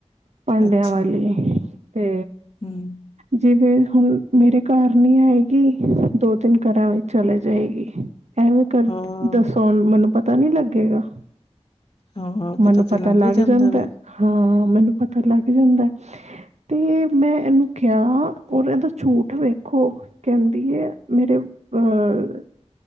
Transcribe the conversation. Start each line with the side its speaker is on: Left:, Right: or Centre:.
Right: ਭਾਂਡਿਆਂ
Left: ਅੱਛਾ
Right: ਵਾਲੀ ਤੇ
Left: ਹੂੰ
Right: ਜਿਵੇਂ ਹੁਣ ਮੇਰੇ ਘਰ ਨੀ ਆਏਗੀ, ਦੋ-ਤਿੰਨ ਘਰਾਂ ਵਿੱਚ ਚਲੇ ਜਾਏਗੀ। ਐਵੇਂ ਕਰ,
Left: ਹਾਂ,
Right: ਦੱਸੋ ਮੈਨੂੰ ਪਤਾ ਨੀ ਲੱਗੇਗਾ।
Left: ਹਾਂ
Right: ਮੈਨੂੰ ਪਤਾ
Left: ਤੇ
Right: ਲੱਗ
Left: ਹੀ
Right: ਜਾਂਦਾ।
Left: ਵੇ
Right: ਹਾਂ, ਮੈਨੂੰ ਪਤਾ ਲੱਗ ਜਾਂਦਾ। ਤੇ ਮੈਂ ਏਨੂੰ ਕਿਹਾ ਔਰ ਏਦਾ ਝੂਠ ਵੇਖੋ। ਕੇਨਦੀ ਐ, ਮੇਰੇ ਅਹ